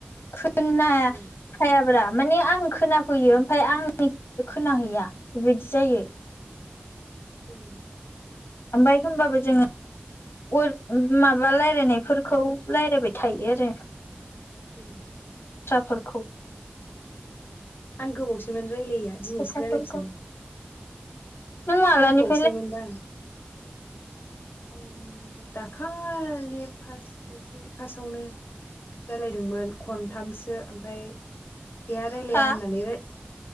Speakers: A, on the left; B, on the left.
A: खोन्नाया
B: ए
A: हायाब्रा माने आं खोनाफैयो ओमफ्राय आंनिया खोना हैया बेबायदि जायो।
B: उम।
A: ओमफ्राय होमबाबो जोंङो अर माबा रायलायनायफोरखौ रायलायबाय थायो आरो।
B: ए।
A: बाथ्राफोरखौ।
B: आं गोबावसैमोन। रायलायैया दिनैसो
A: खोथाफोरखौ
B: रायज्लायफिनदों।
A: नों मालानिफ्राय
B: गोबावसैमोनबा। उम। दाखालि फासट एसे। फास्टावनो रायालायदोंमोन खनथामसो ओमफ्राय गैया रायलाया
A: हा
B: होननानानै राय